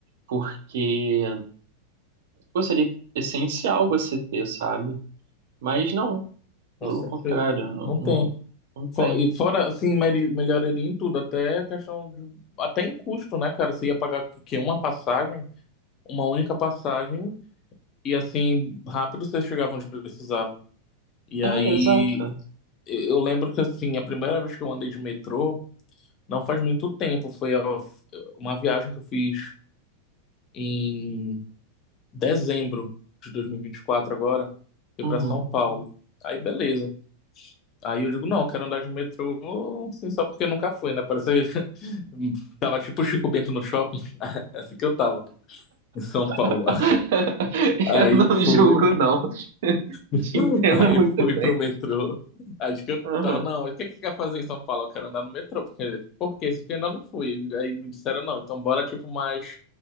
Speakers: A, on the right; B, on the left.
A: Porque pô, seria essencial você ter, sabe? Mas não, pelo
B: Com certeza.
A: contrário, não,
B: Não tem.
A: não, não tem.
B: Fo- E fora, assim, meri- melhoraria em tudo, até questão de, até em custo, né, cara? Você ia pagar que uma passagem, uma única passagem E assim, rápido vocês chegavam onde precisavam. E
A: É,
B: aí,
A: exato.
B: eu eu lembro que assim, a primeira vez que eu andei de metrô, não faz muito tempo, foi a- uma viagem que eu fiz em dezembro de dois mil e e vinte e quatro agora, fui
A: Uhum.
B: para São Paulo. Aí beleza. Aí eu digo, não, eu quero andar de metrô, assim, só porque nunca fui, né? Parece <laughs> tava tipo Chico Bento no shopping, <laughs> é assim que eu tava em São Paulo.
A: <laughs>
B: <laughs> Aí
A: Eu não
B: eu fui,
A: julgo, não. <laughs>
B: <laughs>
A: Te entendo
B: Aí
A: muito
B: fui
A: bem.
B: pro metrô. acho que eu
A: Uhum.
B: tava, não, o que que quer fazer em São Paulo? Eu quero andar no metrô, porque, porque eu ainda não fui. Aí me disseram, não, então bora tipo mais